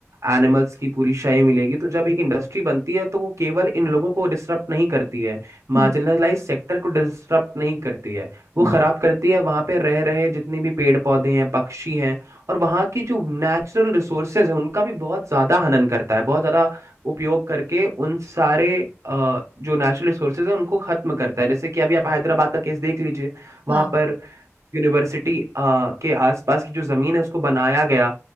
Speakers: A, on the right; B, on the right.
A: एनिमल्स की पूरी शय मिलेगी तो जब एक इंडस्ट्री बनती है तो वो केवल इन लोगों को डिस्टर्ब नहीं करती है
B: हम्म
A: मार्जिनलाइज सेक्टर को डिस्टर्ब नहीं करती है वो
B: हम्म,
A: खराब करती है वहां पे रह रहे जितने भी पेड़ पौधे हैं पक्षी हैं और वहां की जो नेचुरल रिसोर्सेज है उनका भी बहुत ज्यादा हनन करता है बहुत ज्यादा उपयोग करके उन सारे अ, जो नेचुरल रिसोर्सेज है उनको खत्म करता है जैसे कि अभी आप हैदराबाद का केस देख लीजिए वहां
B: हाँ
A: पर यूनिवर्सिटी आ, के आसपास की जो जमीन है उसको बनाया गया